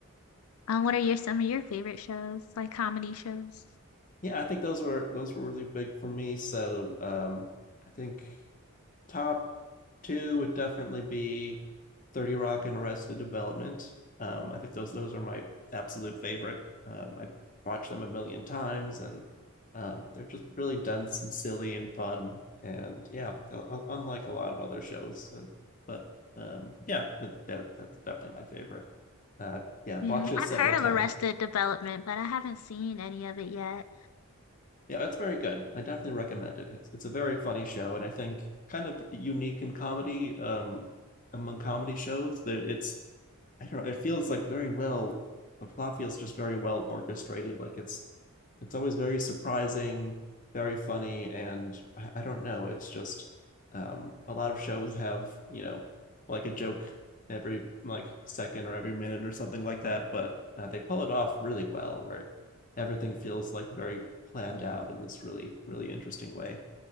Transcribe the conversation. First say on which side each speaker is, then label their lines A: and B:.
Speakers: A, on the left; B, on the left.
A: Um, what are your some of your favorite shows, like comedy shows?
B: Yeah, I think those were those were really big for me. So um I think top two would definitely be 30 Rock and Arrested Development. Um, I think those those are my absolute favorite. Um, I watched them a million times, and um, they're just really dense and silly and fun. And yeah, u- unlike a lot of other shows, uh, but um, yeah, that, that, that's definitely my favorite. Uh, yeah, I've
A: Yeah,
B: watched it
A: I've
B: several
A: heard
B: times.
A: of Arrested Development, but I haven't seen any of it yet.
B: yeah, it's very good. I definitely recommend it. It's it's a very funny show, and I think kind of unique in comedy um, among comedy shows. There, it's I don't know. It feels like very well. The plot feels just very well orchestrated. Like it's it's always very surprising, very funny, and I, I don't know. It's just um, a lot of shows have you know like a joke every like second or every minute or something like that, but uh, they pull it off really well, where everything feels like very planned out in this really really interesting way.